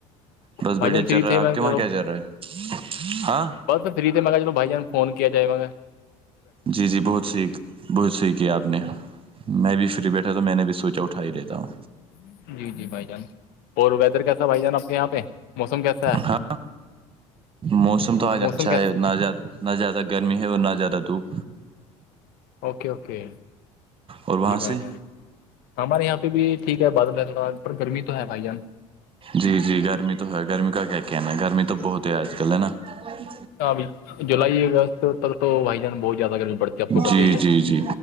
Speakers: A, on the right (about 35°); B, on the left (about 65°).
A: بس
B: بھائی
A: بڑھیا
B: جان
A: چل
B: فری
A: رہا
B: تھے
A: ہے آپ
B: میں
A: کے وہاں
B: چلو
A: کیا چل رہا ہے ہاں
B: بس فری سے ما چلو بائی جان فون کیا جائے ما
A: جی جی بہت صحییک بہت صحیح کیا آپ نے میں بھی فری بیٹھا تو میں نے بھی سوچا اٹھا ہی لیتا ہوں
B: ہاں ہاں جی جی بھائی جان اور ویدر کیسا بھائی جان آپ کے یہاں پہ موسم کیسا ہے
A: ہاں موسم تو آج
B: موسم
A: اچھا
B: کیسا
A: ہے نہ ز نہ زیادہ گرمی ہے اور نہ زیادہ دھوپ
B: اوکے اوکے
A: اور وہاں
B: جی بھائی
A: سے
B: جان ہمارے یہاں پہ بھی ٹھیک ہے بادل ہے تھوڑا پر گرمی تو ہے بھائی جان
A: جی جی گرمی تو ہے گرمی کا کہ کےناا گرمی تو بہت ہے آج کل ہے نا وہ جی
B: ابھی جولائی اگست تک تو بھائی جان بہت زیادہ گرمی پڑتی ہے آپ کو پتہ
A: جی
B: ہی ہے
A: جی جی